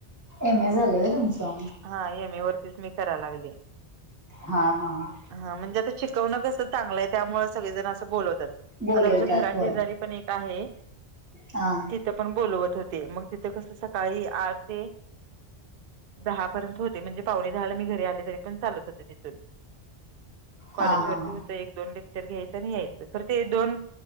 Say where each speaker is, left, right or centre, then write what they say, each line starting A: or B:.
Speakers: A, on the right; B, on the right.
A: एम ए झालेय होय तुमचं.
B: हा एम ए वरतीच मी करा लागलीय.
A: हा हा ह.
B: हा, म्हणजे आता शिकवणं कसं चांगलंये. त्यामुळे सगळेजण असं बोलवतात.
A: बोलवतात
B: आता आमच्या घरा
A: होय
B: शेजारी पण एक आहे.
A: हा
B: ती तीथ पण बोलवत होते. मग तिथे कसं, सकाळी आठ ते‌, दहा पर्यंत होते. म्हणजे पावणे दहाला मी घरी आले तरी पण चालत होते तिथून. कॉलेज
A: हा हा
B: वरती
A: हा
B: होत. एक दोन लेक्चर घ्यायचं आणि यायचं. खर ते दोन